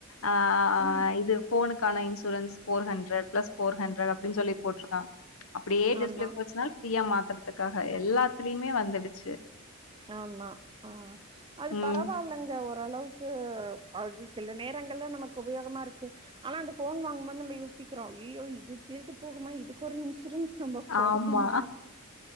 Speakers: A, on the left; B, on the right.
A: ஆ ஆ
B: ம்
A: இது ஃபோனு க்கான insurance four hundred plus four hundred அப்டிஞ் சொல்லி போட்ருக்கா அப்டியே டிஸ்பிளே
B: ஆமா
A: போச்சுனாலு ஃப்ரீயா மாத்தறத்துக்காக எல்லாத்துலியுமே வந்துடுச்சு
B: ஆமா ஆ அது
A: ம்.
B: பரவால்லங்க ஓரளவு க்கு அது சில நேரங்கள்ல நமக்கு உபயோகமா இருக்கு ஆனா அந்த ஃபோன் வாங்கும்போது நம்ம யோசிக்கிறோ ஐயயோ இது திருட்டு போகுமா இதுக்கு ஒரு இன்சூரன்ஸ் நம்ப
A: ஆமா.
B: போடனுமா அப்டி